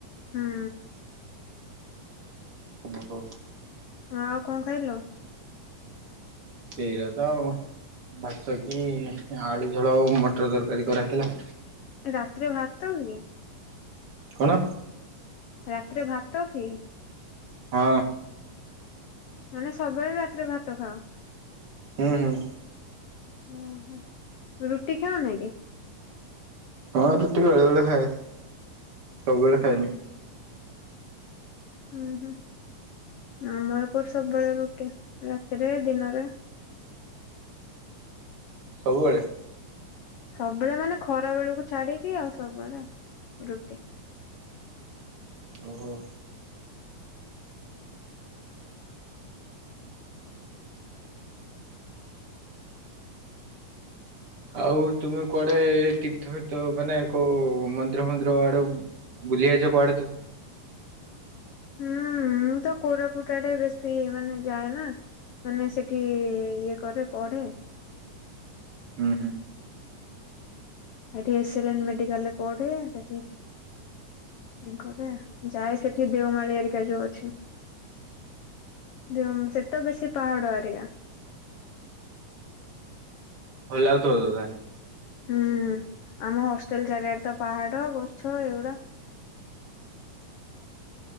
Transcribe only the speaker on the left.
ହୁଁ।
ହ ଆଉ କଣ ଖାଇଲ?
ରାତିରେ ଭାତ କି?
ରାତିରେ ଭାତ କି?
ମାନେ ସବେଳେ ରାତିରେ ଭାତ ଖାଅ।
ଉଁହୁ ରୁଟି ଖାାଉନା କି?
ଓହୋ
ହୁଁ ହୁଁ ଆମ ଏପଟେ ସବୁବେଳେ ରୁଟି ରାତିରେ ଦିନରେ
ସବୁବେଳେ ମାନେ ଖରା ବେଳକୁ ଛାଡିକି ଆଉ ସବୁବେଳେ ରୁଟି।
ହୁଁ ମୁଁ ତ କୋରାପୁଟ ଆଡେ ବେଶୀ ମାନେ ଯାଏ ନା ମାନେ ସେଠି ଇଏ କରେ ପଢେ।
ସେଠି ଏସେଲେନ ମେଡିକାଲରେ ପଢେ ସେଠି ଘରେ ଯାଏ ସେଠି ଦେଓମାଳି ଆରିକା ଯୋଉ ଅଛି ଦେଓ ସେତ ବେଶୀ ପାହାଡ ଆରିକା।
ହୁଁ ଆମ ହଷ୍ଟେଲ ଚାରିଆଡ ତ ପାହାଡ ଗଛ ଏଇଗୁଡା।